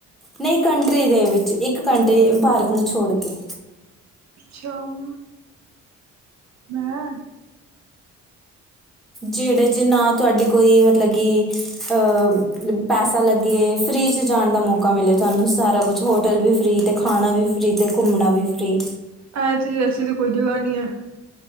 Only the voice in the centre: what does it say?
ਨਈ ਕੰਟਰੀ ਦੇ ਵਿਚ ਇਕ ਕੰਟਰੀ ਭਾਰਤ ਨੂੰ ਛੋੜ ਕੇ
ਜੇੜੇ ਚ ਨਾ ਤੁਹਾਡੀ ਕੋਈ ਮਤਲਬ ਕੀ, ਅ ਪੈਸਾ ਲਗੇ ਏ ਫ੍ਰੀ ਚ ਜਾਣ ਦਾ ਮੌਕ। ਮੌਕਾ ਮਿਲਿਆ ਤੁਹਾਨੂੰ ਸਾਰਾ ਕੁਛ ਹੋਟਲ ਵੀ ਫਰੀ ਤੇ ਖਾਣਾ ਵੀ ਫਰੀ ਤੇ ਘੁੰਮਣਾ ਵੀ ਫਰੀ